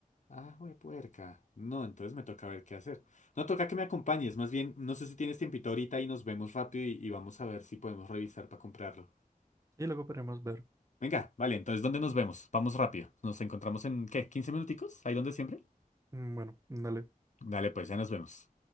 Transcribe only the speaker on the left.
Ah, güey, puerca. No, entonces me toca ver qué hacer. No, toca que me acompañes. Más bien, no sé si tienes tiempito ahorita y nos vemos rápido y, y vamos a ver si podemos revisar para comprarlo.
Venga, vale, entonces, ¿dónde nos vemos? Vamos rápido. ¿Nos encontramos en qué? Quince minuticos? ¿Ahí donde siempre?
Dale, pues ya nos vemos.